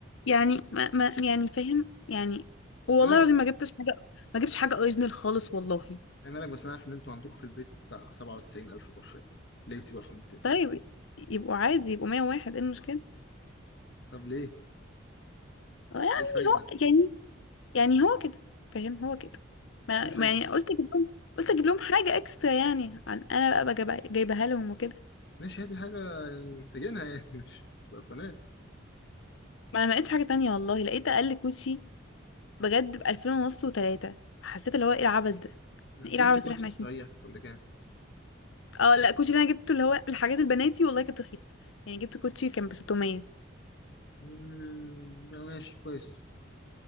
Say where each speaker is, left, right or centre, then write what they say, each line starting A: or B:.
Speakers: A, on the left; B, on the left.
A: يعني ما, ما يعني فاهم يعني والله
B: انا بس
A: العظيم ما جبتش حاجه ما جبتش حاجه اوريجينال خالص والله
B: انا لك بس انا عارف ان انتوا عندكم في البيت بتاع 97000 برفان ليه جبتي برفانات تاني
A: طيب يبقوا عادي يبقوا 101 ايه المشكله
B: طب ليه
A: آه، يعني
B: ايه الفايدة
A: هو يعني يعني هو كده فاهم هو كده ما,
B: ايه الفايدة؟
A: ما يعني قلت اجيب لهم قلت اجيب لهم حاجه اكسترا يعني عن انا بقى بقى جايبها لهم وكده
B: ماشي هاتي حاجة يعني محتاجينها يعني مش مش برفانات
A: ما انا ما لقيتش حاجه تانية والله لقيت اقل كوتشي بجد بألفين ونص وتلاتة حسيت اللي هو ايه العبث ده
B: انت
A: ايه العبث
B: جبت كوتشي
A: اللي احنا عايشين
B: صحيح كان بكام؟
A: اه لا الكوتشي اللي انا جبته اللي هو الحاجات البناتي والله كانت رخيصة يعني جبت كوتشي كان ب 600
B: مم، لا، ماشي كويس